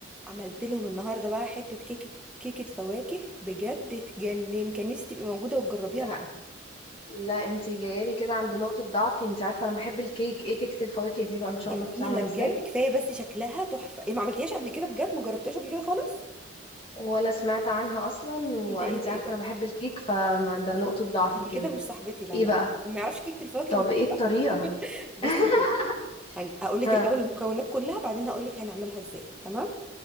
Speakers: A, in the centre; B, on the left (about 30°).
A: عملت لهم النهارده بقى حته كيكه كيكه فواكه بجد تجنن كان نفسي تبقي موجوده وتجربيها
B: لا
A: معايا
B: لا انت جايالي كده عند نقطة ضعفي انت عارفة انا بحب الكيك ايه كيكة الفواكه دي بقى ان
A: دي
B: شاء
A: جميله
B: الله بتتعمل
A: بجد
B: ازاي
A: كفايه بس شكلها تحفه إيه ما عملتيهاش قبل كده بجد ما جربتهاش قبل كده خالص
B: ولا سمعت عنها اصلا وانت
A: ايه ده ايه ده
B: عارفة
A: ايه ده
B: انا بحب الكيك فده نقطة ضعفي
A: انت
B: كده
A: كده مش صاحبتي لا
B: ايه
A: لا
B: بقى
A: لا ما يعرفش كيكه الفواكه
B: طب
A: ما بيعرفش.
B: ايه الطريقة
A: <laughs> بصي
B: <laughs>
A: يا ستي، هن- هقول لك
B: ها
A: الاول المكونات كلها بعدين هقول لك هنعملها ازاي تمام